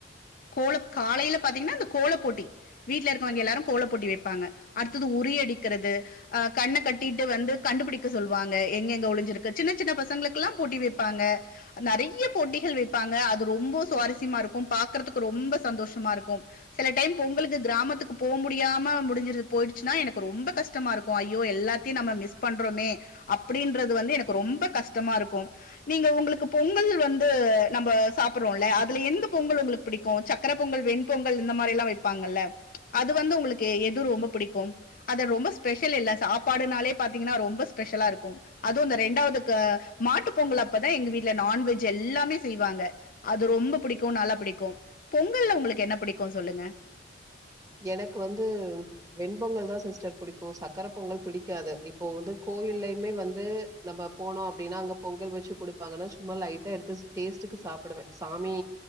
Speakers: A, on the left (about 50°); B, on the right (about 20°).
A: கோல காலையில பாத்தீங்கன்னா அந்த கோல போட்டி வீட்ல இருக்கவங்க எல்லாரு கோல போட்டி வைப்பாங்க அடுத்தது உறி அடிக்கிறது அஹ் கண்ண கட்டிட்டு வந்து கண்டுபுடிக்க சொல்லுவாங்க எங்க எங்க ஒழிஞ்சிருக்கு சின்ன சின்ன பசங்களுக்குல்லா போட்டி வைப்பாங்க நெறைய போட்டிகள் வைப்பாங்க அது ரொம்ப சுவாரஸ்யமா இருக்கு பாக்குறதுக்கு ரொம்ப சந்தோஷமா இருக்கு சில டைம் பொங்களுக்கு கிராமத்துக்கு போ முடியாம முடிஞ்ச போயிடுச்சுன்னா எனக்கு ரொம்ப கஷ் கஷ்டமா இருக்கு ஐயோ எல்லாத்தையும நம்ம மிஸ் பண்றோமே அப்டின்றது வந்து எனக்கு ரொம்ப கஷ்டமா இருக்கு நீங்க உங்களுக்கு பொங்கல் வந்து நம்ம சாப்பிடுறோல்ல அதுல எந்த பொங்கல் உங்களுக்கு புடிக்கு சக் சக்கர பொங்கல் வெண்பொங்கல் இந்த மாறில்லா வைப்பாங்கல்ல அது வந்து உங்களுக்கு எது ரொம்ப புடிக்கும் அது ரொம்ப ஸ்பெஷல் இல்ல சாப்பாடுனாலே பாத்தீங்கன்னா ரொம்ப ஸ்பெஷலா இருக்கு அதுவு இந்த ரெண்டாவதுக்கு மாட்டு பொங்கல் அப்பதா எங்க வீட் இல்ல நான்வெஜ் எல்லாமே செய்வாங்க அது ரொம்ப புடிக்கு நல்லா புடிக்கு பொங்கல்ல உங்களுக்கு என்ன புடிக்கு சொல்லுங்க
B: எனக்கு வந்து வெண்பொங்கல் தா சிஸ்டர் புடிக்கு சக்கர பொங்கல் பிடிக்காது இப்போ வந்து கோவில்லயுமே வந்து நம்ம போனோ அப்டின்னா அங்க பொங்கல் வச்சு குடுப்பாங்கன்னா சும்மா லைட்டா எடுத்து டேஸ்டுக்கு சாப்டுவே சாமி